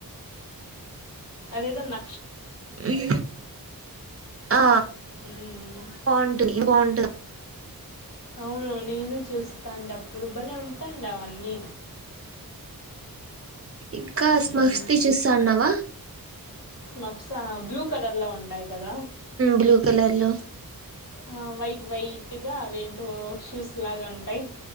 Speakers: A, on the left; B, on the right.
A: అదేదో న
B: మ్ ఆ
A: హ్మ్.
B: బాగుంటది బాగుంటది.
A: అవును నేను చూస్తా అంటే అప్పుడు. భలే ఉంటాండ్ అవన్నీ.
B: ఇంకా స్మస్తి
A: మ్మ్.
B: చూస్తాన్నవా?
A: మఫ్సా బ్లూ కలర్లో ఉంటాయి. కదా
B: బ్లూ కలర్ లో
A: హా వైట్ వైట్. గా అవేంటో షూస్ లాగా ఉంటాయి.